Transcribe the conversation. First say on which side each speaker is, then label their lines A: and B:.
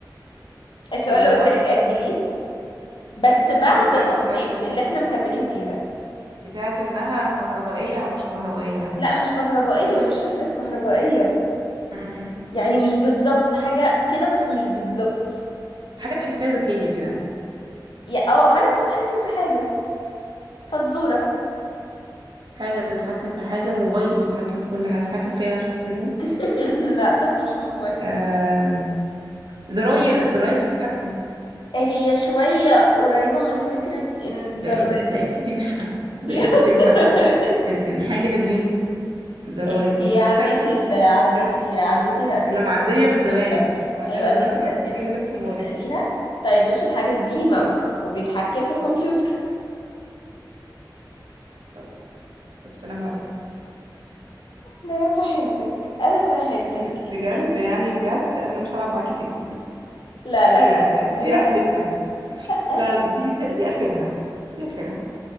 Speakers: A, on the left; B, on the right.
A: السؤال
B: اللي
A: اللي
B: هو
A: قلت
B: اي
A: لك اجليه
B: شيء
A: بس بعد
B: بتاع-
A: الابديتس
B: بتاعت
A: اللي احنا مكملين فيها
B: بتاعت انها كهربائية او مش كهربائية
A: لا مش كهربائية مش فكرة كهربائية
B: امم
A: يعني مش بالظبط حاجة كده بس مش بالظبط
B: حاجة تحسها ذكية كده
A: يا اه حاجة بتتحكم في حاجة فزورة
B: حاجة بتتحكم في حاجة موبايلي بيتحكم في كل حاجة بيتحكم فيا انا شخصيا
A: <laughs> لا مش موبايل
B: آم، زراير زراير بتتحكم
A: هي شوية قريبة من فكرة ان الزراير
B: ده إن... ده انتي تنحى ده
A: <laughs> فيها
B: انتي
A: زراير.
B: تنحى ال- الحاجة دي زراير
A: انتي
B: مفتاح
A: عديتي ال... عديتي
B: مفتاح
A: عديتي الأسئلة
B: انا معدية
A: اللي المفروض
B: من زمان
A: تسأليها
B: انا معدية
A: أيوة
B: من
A: عديتي
B: زمان في
A: الأسئلة
B: ارجوكي
A: اللي المفروض
B: غلب حماري
A: تسأليها طيب مش الحاجة دي ماوس وبيتحكم في الكمبيوتر
B: طب طب سلام عليكم
A: أنا فهمتك أنا فهمتك
B: بجد
A: إنت-
B: يعني بجد انا مش هلعب معاكي تاني
A: لا
B: اخرها
A: لا لا
B: دي,
A: لا
B: دي
A: لا لا
B: قفلتها
A: لا
B: لا لا دي دي دي اخرها دي اخرها